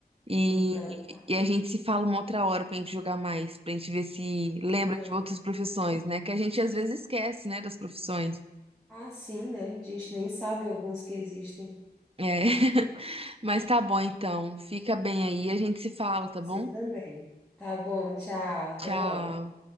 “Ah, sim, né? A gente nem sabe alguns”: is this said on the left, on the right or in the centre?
Centre